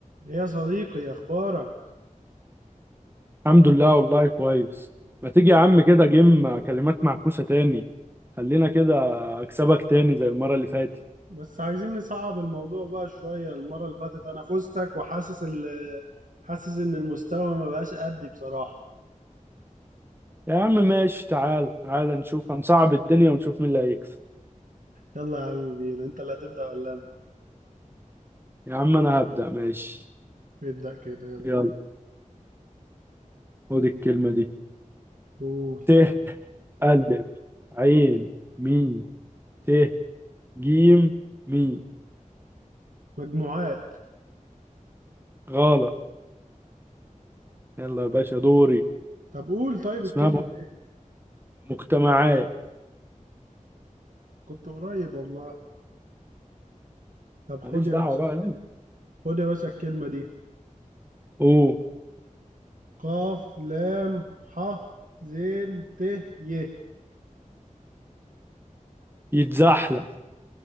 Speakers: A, on the right; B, on the right.
A: يا صديقي اخبارك
B: الحمد لله والله كويس ما تيجي يا عم كده جيم كلمات معكوسة تاني خلينا كده اكسبك تاني زي المرة اللي فاتت
A: بس عايزين نصعب الموضوع بقى شوية المرة اللي فاتت انا فزتك وحاسس ال حاسس ان المستوى ما بقاش قدي بصراحة
B: يا عم ماشي تعال تعال نشوف هنصعب الدنيا ونشوف مين اللي هيكسب
A: يلا يا عم بينا انت اللي هتبدأ ولا انا
B: يا عم انا هبدأ ماشي
A: ابدأ كده يلا
B: يلا خد الكلمة دي
A: قول
B: ت ألف عين ميم ت جيم ميم
A: مجموعات
B: غلط يلا يا باشا دوري
A: طب قول طيب
B: اسمها
A: الكلمة دي
B: مجتمعات
A: كنت قريب والله طب خد
B: ماليش
A: يا
B: دعوة
A: باشا
B: بقى يلا
A: خد يا باشا الكلمة دي
B: اوه
A: قاف لام ح زين ت ي
B: يتزحلق